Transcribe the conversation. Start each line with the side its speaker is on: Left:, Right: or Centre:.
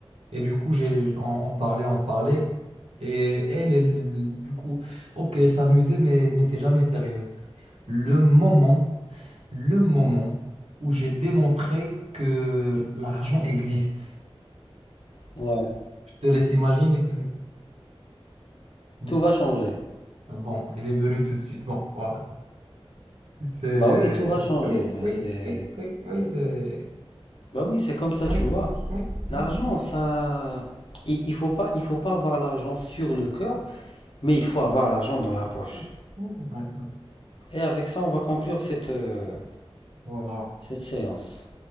Right: Et du coup, j'ai on, on parlait, on parlait. Et elle, elle, du coup, ok, elle s'amusait, mais elle n'était jamais sérieuse le moment le moment où j'ai démontré que l'argent existe.
Left: Ouais.
Right: Je te laisse imaginer. <laughs>
Left: Tout va changer.
Right: Bon, il est venu tout de suite. Bon, voilà. C'est...
Left: Bah oui, tout va changer.
Right: Oui, oui,
Left: C'est...
Right: oui, oui, oui, c'est...
Left: Bah oui, c'est comme ça,
Right: Oui,
Left: tu vois.
Right: oui.
Left: L'argent,
Right: oui,
Left: ça... Il, il faut pas, il faut pas avoir l'argent sur le cœur, mais il faut avoir l'argent dans la poche.
Right: oui, oui, oui. oui,
Left: Et avec ça, on va conclure cette, euh,
Right: Voilà.
Left: cette séance.